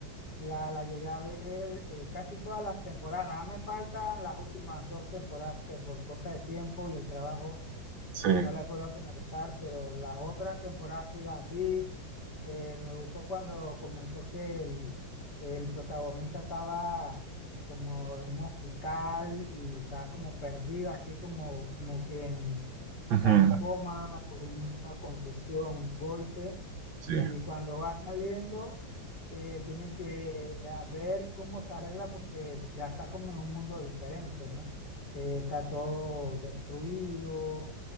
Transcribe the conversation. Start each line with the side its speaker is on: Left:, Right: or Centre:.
Left: la, la llegué a ver eh, casi todas las temporadas. Nada me faltan las últimas dos temporadas que por cosa de tiempo y el trabajo
Right: sí,
Left: No la he podido finalizar, pero las otras temporadas sí las vi. Eh, me gustó cuando comenzó que el, el protagonista estaba como en un hospital y estaba como perdido, así como, como quien
Right: Ujú,
Left: está en coma por una contusión, un golpe.
Right: sí,
Left: Y cuando va saliendo, eh, tiene que eh, ver cómo se arregla porque ya está como en un mundo diferente, ¿no? Eh, está todo destruido